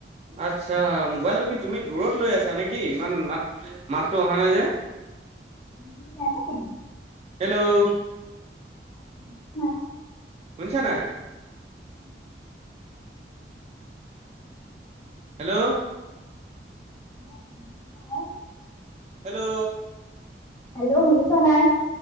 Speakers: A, on the right; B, on the left.
A: আচ্ছা মোবাইলটো কি তুমি দূৰত লৈ আছা নেকি, ইমান মাত-মাতটো অহা নাই যে?
B: উম, এনেই
A: হেল্ল'।
B: অহ, শুনি
A: শুনিছানে নাই?
B: <unintelligible>
A: হেল্ল'।
B: <unintelligible>
A: হেল্ল'।
B: হেল্ল' শুনিছা নাই?